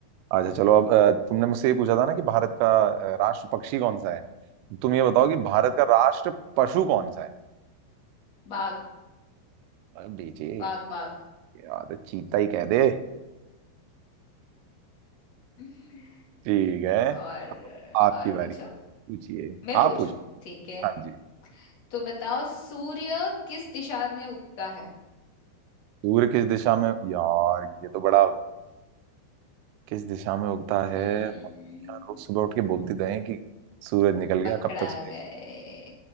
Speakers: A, on the right; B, on the left.
A: अच्छा चलो अब अ, तुमने मुझसे ये पूछा था ना कि भारत का अ, राष्ट्र पक्षी कौन सा है तुम ये बताओ कि भारत का राष्ट्र पशु कौन सा है
B: बाघ
A: अरे बेचे
B: बाघ बाघ
A: यार तो चीता ही कह दे
B: <laughs>
A: ठीक है
B: और
A: आपकी
B: और
A: बारी
B: पूछो
A: पूछिए
B: मैं
A: आप
B: पूछू
A: पूछो
B: ठीक है
A: हाँ जी
B: तो बताओ सूर्य किस दिशा में उगता है
A: सूर्य किस दिशा में यार ये तो बड़ा किस दिशा में उगता है
B: हम्म
A: यार रोज सुबह उठ के बोलती तो है कि सूरज निकल गया
B: पकड़ा
A: कब तक सोएगी
B: गए